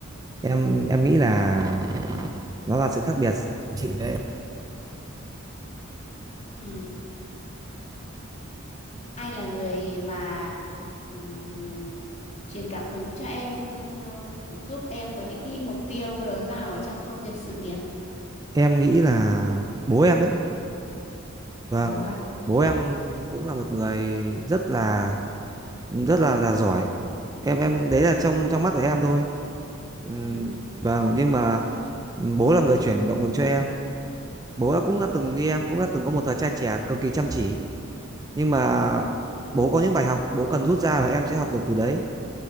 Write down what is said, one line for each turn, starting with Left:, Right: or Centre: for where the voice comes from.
Left: ừ
Right: em em nghĩ là nó là sự khác biệt chị đấy
Left: ừ ai là người mà ừm, truyền cảm hứng cho em ờ, giúp em có những cái mục tiêu lớn lao ở trong công việc sự nghiệp
Right: em nghĩ là bố em đấy Vâng,
Left: bố à
Right: bố em cũng là một người rất là rất là là giỏi. Em em đấy là trong trong mắt của em thôi. Ừm,
Left: ừ
Right: vâng, nhưng mà bố là người chuyển động lực cho em. Bố đã cũng
Left: ừ
Right: đã từng như em, cũng đã từng có một thời trai trẻ cực kỳ chăm chỉ. Nhưng mà
Left: ừ
Right: bố có những bài học bố cần rút ra và em sẽ học được từ đấy.